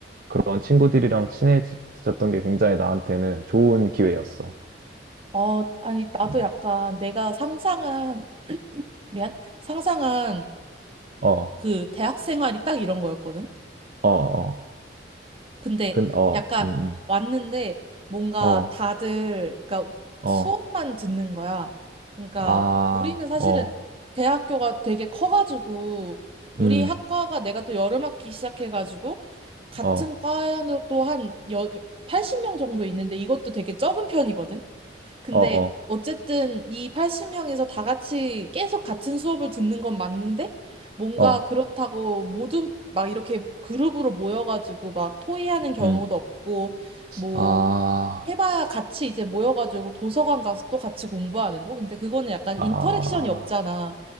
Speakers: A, on the right; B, on the right.
A: 그런 친구들이랑 친해졌던 게 굉장히 나한테는 좋은 기회였어.
B: 어, 아니, 나도
A: 음.
B: 약간 내가 상상한, 미안, 상상한
A: 어,
B: 그 대학 생활이 딱 이런 거였거든?
A: 어, 어,
B: 근데
A: 근, 어,
B: 약간
A: 음, 음,
B: 왔는데 뭔가
A: 어,
B: 다들, 그러니까
A: 어,
B: 수업만 듣는 거야. 그러니까
A: 아,
B: 우리는 사실은
A: 어,
B: 대학교가 되게 커가지고 우리
A: 음,
B: 학과가 내가 또 여름학기 시작해가지고 같은
A: 어,
B: 과에도 한 여, 80명 정도 있는데 이것도 되게 적은 편이거든? 근데
A: 어, 어,
B: 어쨌든 이 80명에서 다 같이 계속 같은 수업을 듣는 건 맞는데 뭔가
A: 어,
B: 그렇다고 모든 막 이렇게 그룹으로 모여가지고 막 토의하는 경우도
A: 음,
B: 없고 뭐
A: 아,
B: 해봐야 같이 이제 모여가지고 도서관 가서 또 같이 공부하는 거? 근데 그거는 약간
A: 아,
B: 인터랙션이 없잖아.